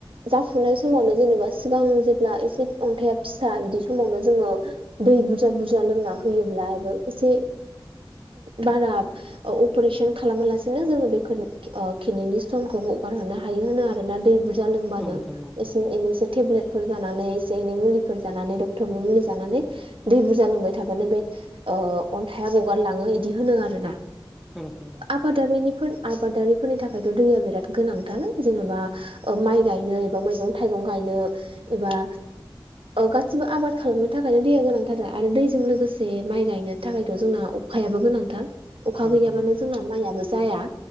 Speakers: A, on the right; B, in the centre.
A: जाफुनाय समावनो जेनेबा सिगां जेब्ला एसे अन्थाइआ फिसा बिदि समावनो जोङो दै बुरजा बुरजा लोंना होयोब्लाबो एसे बारा अपारेशन खालामालासिनो जोङो बेखौ खिननि स्थनखौ गगारहोनो हायो होनो आरो ना दै बुरजा लोंबानो
B: औ नोंथां औ
A: एसे एनैसो टेब्लेट फोर जानानै एसे एनै मुलिफोर जानानै डक्टरनि मुलि जानानै दै बुरजा लोंबाय थाबानो बे ओ अन्थाइआ गगारलाङो इदि होनो आरो ना
B: औ नोंथां औ
A: आबादारिनि आबादारिफोरनि थाखायथ' दैया बिराद गोनांथार जेन'बा माइ गायनो एबा मैगं थाइगं गायनो एबा गासिबो आबाद खालामनो थाखायनो दैया गोनांथार आरो दैजों लोगोसे माइ गायनो थाखायथ' जोंना अखायाबो गोनांथार अखा
B: औ नोंथां
A: गैयाबानो
B: औ
A: जोंना माइयाबो जाया